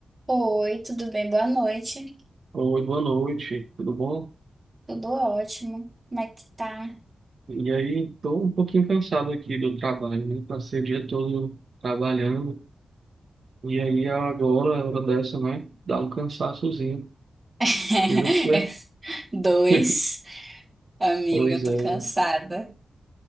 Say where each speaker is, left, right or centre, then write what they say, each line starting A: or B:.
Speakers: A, on the right; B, on the right.
A: Oi, tudo bem? Boa noite.
B: Oi, boa noite, tudo bom?
A: Tudo ótimo. Como é que tá?
B: E aí, estou um pouquinho cansado aqui do trabalho, né? Passei o dia todo trabalhando, e aí agora, a hora dessa, né? Dá um cansaçozinho.
A: <laughs>
B: E você?
A: Dois.
B: <laughs>
A: Amiga,
B: Pois
A: eu tô
B: é,
A: cansada.